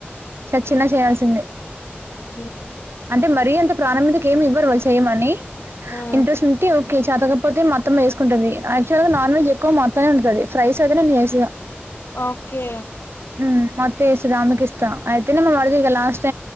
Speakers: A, on the right; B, on the left.
A: చచ్చిన చేయాల్సిందే
B: ఉహు
A: అంటే మరీ అంత ప్రాణం మీదకి ఏమి ఇవ్వరు వాళ్లు చెయమని
B: హ్మ్
A: ఇంట్రెస్ట్ ఉంటే చతకపోతే మా అత్తమ్మ చేసుకుంటది యాక్చువల్గా నాన్ వెజ్ ఎక్కువ మా అత్తనే వండుతా ఫ్రైస్ అయితే నేను చేస్తా
B: ఓకే
A: ఉమ్ మా అత్త చేస్తది ఆమెకే ఇస్తా అయితే మన అడిగేదే లాస్ట్